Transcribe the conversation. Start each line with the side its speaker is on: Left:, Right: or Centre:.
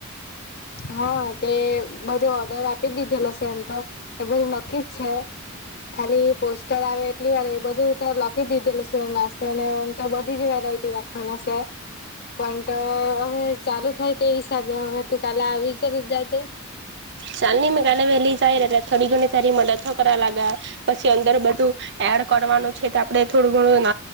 Left: હા તે બધું ઓર્ડર આપી દીધેલા સે એમ તો એ બધું નક્કી જ છે. ખાલી પોસ્ટર આવે એટલી વાર એ બધું તો લખી દીધેલું છે નાસ્તો નેમ તો બધી જ વાત રાખણ છે. પણ તો હવે ચાલુ થાય તે હિસાબે હવે તું કાલે આવી ચાલુ જ જાશે
Right: સાંજની મેં કાલે વહેલી જાય એટલે થોડી ઘણી તારી મદદ કરવા લાગ્યા પછી અંદર બધું એડ કરવાનું છે તો આપડે થોડું ઘણું